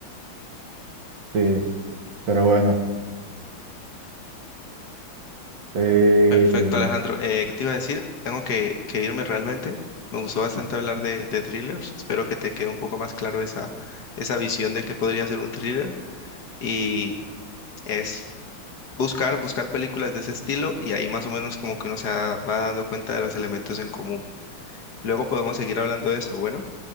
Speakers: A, on the right (about 65°); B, on the left (about 55°).
A: Sí, pero bueno, eh,
B: Perfecto, Alejandro. Eh, ¿qué te iba a decir? Tengo que, que irme realmente. Me gustó bastante hablar de, de thrillers. Espero que te quede un poco más claro esa, esa visión de qué podría ser un thriller. Y es buscar, buscar películas de ese estilo y ahí más o menos como que uno se va va dando cuenta de los elementos en común. Luego podemos seguir hablando de eso. Bueno.